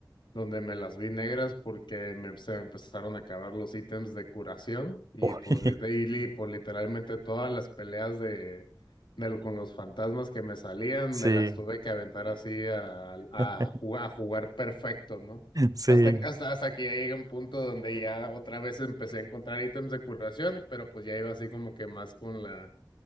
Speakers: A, on the left (about 75°); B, on the right (about 50°).
A: donde me las vi negras porque me, se me empezaron a acabar los ítems de curación y
B: Uy,
A: pues, lit- y li- pues literalmente todas las peleas de, de lo- con los fantasmas que me salían
B: <laughs> sí.
A: me las tuve que aventar así a, a,
B: <laughs>
A: jugar, a jugar perfecto, ¿no?
B: Sí.
A: Hasta, que- hasta, hasta que ya llegué a un punto donde ya otra vez empecé a encontrar ítems de curación, pero pues ya iba así como que más con la,